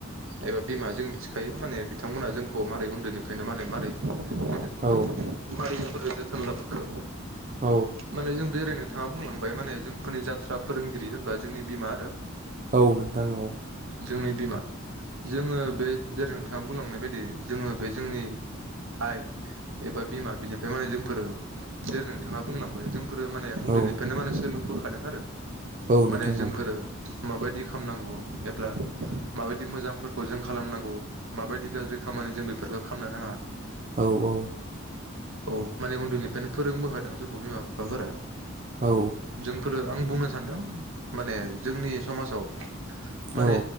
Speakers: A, on the right (about 70°); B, on the right (about 35°).
A: एबा बिमा जों मिथिखायो माने बिथांमोना जोंखौ मारोरै उन्दैनिफ्रायनो माने मारै। फेदेरबोखो
B: औ
A: जोथोन लाबोखो
B: औ
A: माने जों बेरायनो। नोंथाङा बुंलांबाय माने जोंफोरनि जाथ्रा फोरोंगिरि होनबा जोंनि बिमा आरो।
B: औ नोंथां औ।
A: जोंनि बिमा जोङो बे जेरै नोंथाङा बुंलांनाय बायदि जोङो बे जोंनि। आइ एबा बिमा बिनिफ्राय माने जोंफोर जेरै नोंथाङा बुंलांबाय जों। फोरो माने उन्दैनिफ्रायनो
B: औ
A: माने सोलोंबोखादों आरो
B: औ नोंथां
A: माने जोंफोरो।
B: औ
A: माबायदि खामनांगौ एब्ला माबायदि मोजांफोरखौ जों खालामनांगौ माबायदि गाज्रि खामा माने जों बेफोरखौ खालामनो नाङा।
B: औ औ।
A: औ माने उन्दैनिफ्रायनो फोरोंबोखादों जोंखौ बिमा बिफाफोरा
B: औ
A: जोंफोरो। आं बुंनो सानदों माने जोंनि समाजाव माने
B: औ